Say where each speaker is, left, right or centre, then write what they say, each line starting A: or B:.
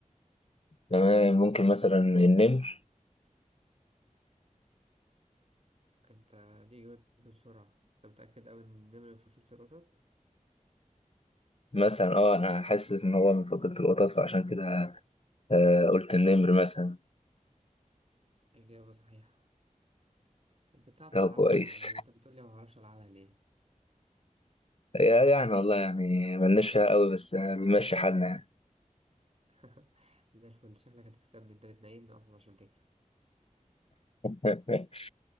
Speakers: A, on the left (about 45°); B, on the right (about 50°).
A: تمام ممكن مثلا النمر
B: أنت ليه جاوبت بسرعة؟ أنت متأكد أوي إن النمر من فصيلة القطط؟
A: مثلا اه أنا حاسس إن هو من فصيلة القطط فعشان كده آه، قلت النمر مثلا
B: إجابة صحيحة أنت بتعرف
A: ده
B: تلعبها
A: كويس
B: أهو يا عم أنت بتقولي ما بعرفش ألعبها ليه؟
A: <laughs> يعني والله يعني ملناش فيها قوي بس آه، بنمشي حالنا
B: <laughs> ده الفل شكلك هتكسبني أنت بتنايمني أصلا عشان تكسب
A: يعني <laughs>